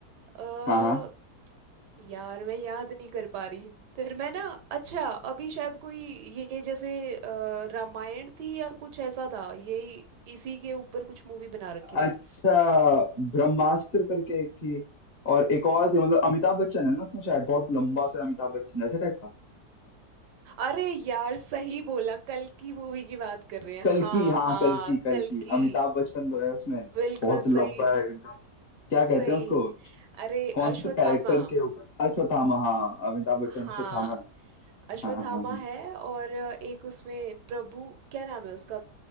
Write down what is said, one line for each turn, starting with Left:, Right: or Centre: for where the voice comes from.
Right: अ
Left: हाँ हाँ
Right: यार मैं याद नहीं कर पा रही फिर मैं ना अच्छा अभी शायद कोई ये जैसे अ, रामायण थी या कुछ ऐसा था यही इसी के ऊपर कुछ मूवी बना रखी थी
Left: अच्छा ब्रह्मास्त्र करके एक थी और एक और थी मतलब अमिताभ बच्चन है ना उसमें शायद बहुत लंबा सा अमिताभ बच्चन ऐसे टाइप का
Right: अरे यार सही बोला कल की मूवी की बात कर रहे हैं हाँ
Left: कल्कि हाँ
Right: हाँ
Left: कल्कि कल्कि
Right: कल की
Left: अमिताभ बच्चन तो है उसमें
Right: बिल्कुल
Left: बहुत लंबा
Right: सही
Left: है एकदम क्या कहते
Right: सही
Left: हैं उसको
Right: अरे
Left: कौन
Right: अश्वत्थामा
Left: से कैरेक्टर के ऊपर अश्वत्थामा हाँ अमिताभ बच्चन
Right: हाँ
Left: अश्वत्थामा
Right: अश्वत्थामा
Left: हाँ हाँ हाँ हाँ
Right: है और एक उसमें प्रभु क्या नाम है उसका अ,